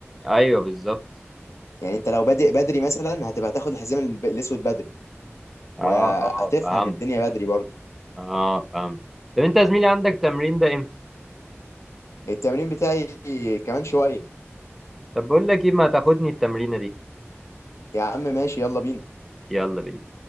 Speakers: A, in the centre; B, on the left.
A: ايوه بالظبط
B: يعني انت لو بادئ بدري مثلا هتبقى تاخد الحزام الب- الاسود بدري
A: اه
B: وهتفهم
A: اه فهمت
B: الدنيا بدري برضه
A: اه فهمت طب انت يا زميلي عندك تمرين ده امتى
B: التمرين بتاعي كمان شوية
A: طب بقول لك ايه ما تاخدني التمرينه دي
B: يا عم ماشي يلا بينا
A: يلا بينا